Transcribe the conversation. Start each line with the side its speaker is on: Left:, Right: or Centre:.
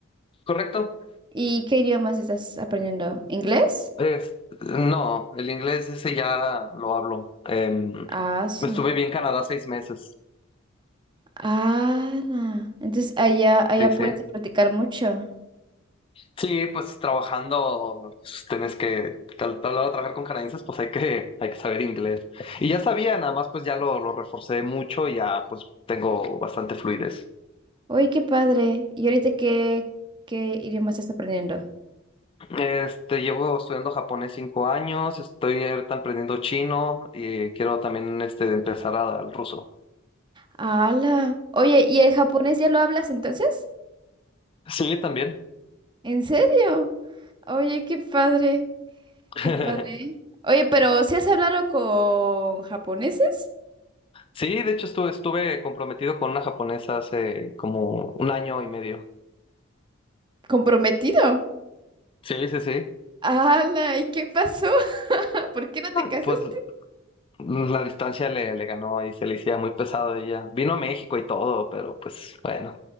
Left: ¿correcto?
Right: ¿Y qué idiomas estás aprendiendo? ¿Inglés?
Left: Es- no, el inglés ese ya lo hablo. Em,
Right: Ah, su-
Left: estuve bien en Canadá seis meses.
Right: ah, na. entonces allá, allá
Left: Sí, sí.
Right: puedes practicar mucho.
Left: Sí, pues trabajando, pues, tenés que, tal, tal lado trabajar con canadienses, pues hay que, hay que saber inglés. Y ya sabía, nada más pues ya lo, lo reforcé mucho y ya pues tengo bastante fluidez.
Right: Oye, qué padre. ¿Y ahorita qué, qué idiomas estás aprendiendo?
Left: Este, llevo estudiando japonés cinco años, estoy ahorita aprendiendo chino y quiero también este, empezar a- al ruso.
Right: ¡Hala! Oye, ¿y el japonés ya lo hablas entonces?
Left: Sí, también.
Right: ¿En serio? Oye, qué padre,
Left: <laughs>
Right: qué padre. Oye, pero ¿si has hablado con japoneses?
Left: Sí, de hecho estuve, estuve comprometido con una japonesa hace como un año y medio.
Right: Comprometido.
Left: Sí, sí, sí.
Right: ala ¿Y qué pasó? <laughs> ¿Por qué no te
Left: Ah,
Right: casaste?
Left: Pues pues, la distancia le, le ganó y se le hacía muy pesado a ella. Vino a México y todo, pero pues bueno,